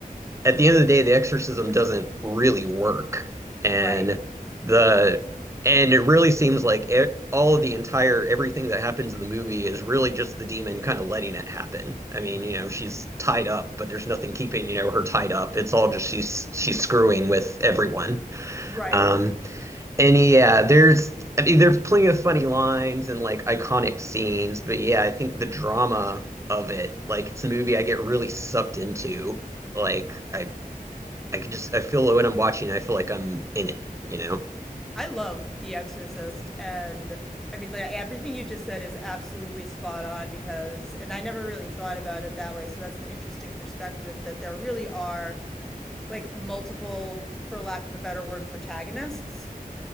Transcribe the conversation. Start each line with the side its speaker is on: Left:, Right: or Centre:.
Right: at the end of the day, the exorcism doesn't really work, and
Centre: Right.
Right: the and it really seems like e all of the entire everything that happens in the movie is really just the demon kind of letting it happen. I mean, you know, she's tied up, but there's nothing keeping, you know, her tied up. It's all just she's she's screwing with everyone.
Centre: Right.
Right: Um, and yeah, there's I mean there's plenty of funny lines and like iconic scenes, but yeah, I think the drama of it, like it's a movie I get really sucked into. Like I I could just I feel when I'm watching, I feel like I'm in it, you know?
Centre: I love The Exorcist and I mean like everything you just said is absolutely spot on because and I never really thought about it that way, so that's an interesting perspective that there really are like multiple, for lack of a better word, protagonists